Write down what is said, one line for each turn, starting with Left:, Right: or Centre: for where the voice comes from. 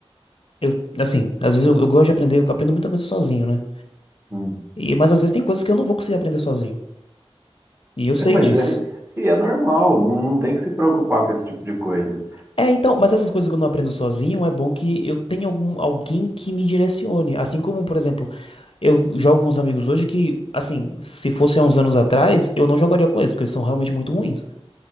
Left: Eu, assim, às vezes eu, eu gosto de aprender, eu aprendo muita coisa sozinho, né?
Right: uhum.
Left: E, mas às vezes tem coisas que eu não vou conseguir aprender sozinho. E eu
Right: <laughs>
Left: sei
Right: Mas
Left: disso.
Right: é, e é normal, não, não tem que se preocupar com esse tipo de coisa.
Left: É, então, mas essas coisas que eu não aprendo sozinho, é bom que eu tenha algum, alguém que me direcione. Assim como, por exemplo, eu jogo com os amigos hoje que, assim, se fosse há uns anos atrás, eu não jogaria com eles, porque eles são realmente muito ruins.